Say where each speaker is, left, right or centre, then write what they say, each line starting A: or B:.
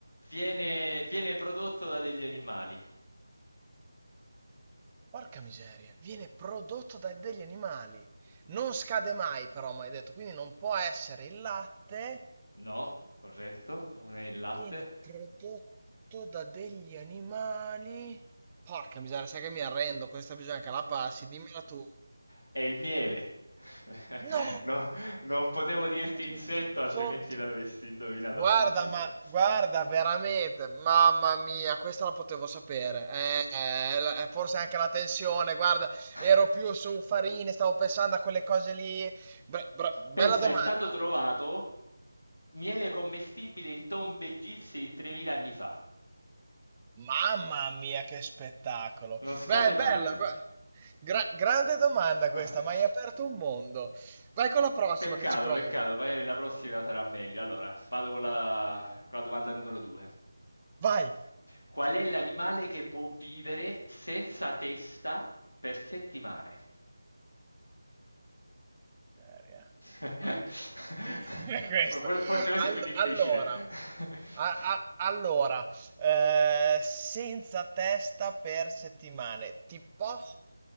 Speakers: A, on the left (about 80°); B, on the right (about 20°).
A: viene, viene prodotto da degli animali.
B: Porca miseria, viene prodotto da degli animali. Non scade mai, però, mi hai detto, quindi non può essere il latte.
A: No, è corretto, non è il latte.
B: Viene prodotto da degli animali. Porca miseria, sai che mi arrendo, questa bisogna che la passi, dimmela tu.
A: È il miele. <laughs>
B: No,
A: No, non potevo dirti
B: che
A: insetto, altrimenti
B: son-
A: l'avresti indovinata
B: Guarda,
A: subito.
B: ma guarda, veramente, mamma mia, questa la potevo sapere. Eh, eh, la- eh, forse anche la tensione, guarda, ero
A: <laughs>
B: più su Farini, stavo pensando a quelle cose lì. Beh, bra- bella
A: Pensa,
B: domanda.
A: è stato trovato miele commestibile in tombe egizie di 3000 anni fa.
B: Mamma mia, che spettacolo.
A: Non
B: Beh,
A: scade
B: bello,
A: mai, pre-
B: guarda. Gra- grande domanda
A: <laughs>
B: questa, ma hai aperto un mondo. Vai con la prossima
A: Peccato,
B: che ci provo.
A: peccato, magari la prossima sarà meglio. Allora, vado con la, con la domanda numero due.
B: Vai.
A: Qual è l'animale che può vivere senza testa per settimane?
B: Seria. Madonna,
A: <laughs>
B: di dire <laughs> questo.
A: For- for- Forse questo
B: All-
A: è più difficile.
B: allora,
A: <laughs>
B: a- a- allora, eh, senza testa per settimane. Ti posso...